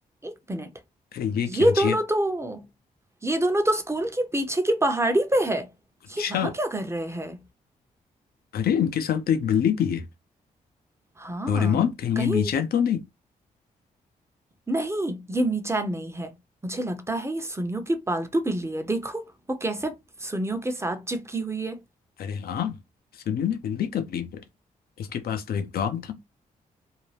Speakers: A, on the right; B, on the left.
A: एक मिनट
B: अरे ये
A: ये
B: क्या जियान
A: दोनों तो ये दोनों तो स्कूल के पीछे की पहाड़ी पे है
B: अच्छा
A: ये वहां क्या कर रहे हैं
B: अरे इनके साथ तो एक बिल्ली भी है
A: हाँ
B: डोरेमोन कहीं
A: कहीं
B: ये मीचर तो नहीं
A: नहीं ये मीचान नहीं है मुझे लगता है ये सुनियो की पालतू बिल्ली है देखो वो कैसे सुनियो के साथ चिपकी हुई है
B: अरे हाँ सुनियो ने बिल्ली कब ली फिर इसके पास तो एक डॉग था